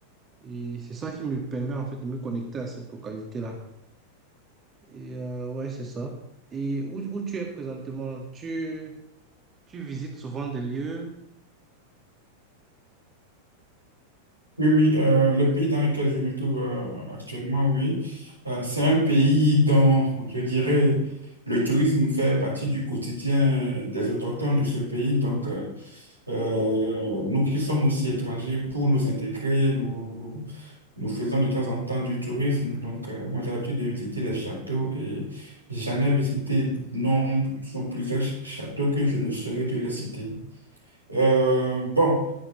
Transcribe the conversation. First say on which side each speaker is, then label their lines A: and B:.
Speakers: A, on the right; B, on the right.
A: Et c'est ça qui me permet en fait de me connecter à cette localité-là. Et euh, ouais, c'est ça. Et où, où tu es présentement? Tu, tu visites souvent des lieux?
B: Oui, oui, euh, le pays dans lequel je me trouve euh, actuellement, oui, euh, c'est un pays dont je dirais le tourisme fait partie du quotidien des autochtones de ce pays. Donc, euh, Euh, nous qui sommes aussi étrangers, pour nous intégrer, nous, nous faisons de temps en temps du tourisme. Donc, euh, moi, j'ai l'habitude de visiter les châteaux et j'en ai visité nombre, sont plusieurs ch- châteaux que je ne saurais te les citer. Euh, bon,